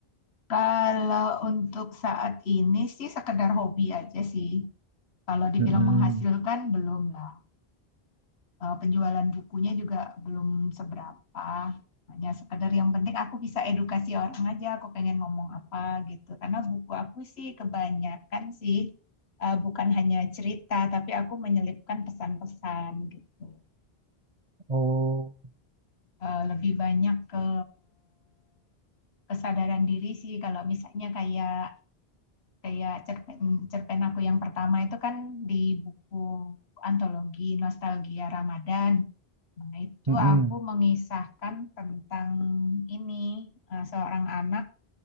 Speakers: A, on the left; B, on the right.
A: Kalau untuk saat ini sih sekedar hobi aja sih. Kalau dibilang
B: Mm-mm.
A: menghasilkan belum lah. eh, penjualan bukunya juga belum seberapa. Hanya sekedar yang penting aku bisa edukasi orang aja, aku pengen ngomong apa gitu. Karena buku aku sih kebanyakan sih eh, bukan hanya cerita, tapi aku menyelipkan pesan-pesan gitu.
B: Oh,
A: Eh, lebih banyak ke kesadaran diri sih kalau misalnya kayak kayak cerpen cerpen aku yang pertama itu kan di buku antologi Nostalgia Ramadan. Nah, itu
B: Mm-mm.
A: aku mengisahkan tentang ini eh, seorang anak